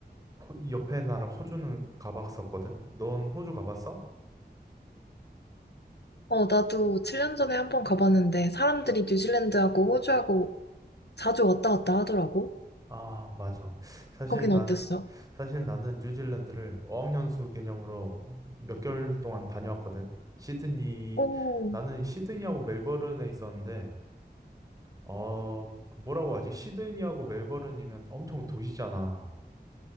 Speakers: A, on the right; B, on the left.
A: 호- 이 옆에 나라 호주는 가봤었거든? 넌 호주 가봤어?
B: 어, 나도 7년 전에 한 번 가봤는데 사람들이 뉴질랜드하고 호주하고 자주 왔다 갔다 하더라고.
A: 아, 맞아. 사실
B: 거긴
A: 난,
B: 어땠어?
A: 사실 나는 뉴질랜드를 어학연수 개념으로 몇 개월 동안 다녀왔거든? 시드니,
B: 오,
A: 나는 시드니하고 멜버른에 있었는데, 어, 그 뭐라고 하지? 시드니하고 멜버른이면 엄청 도시잖아.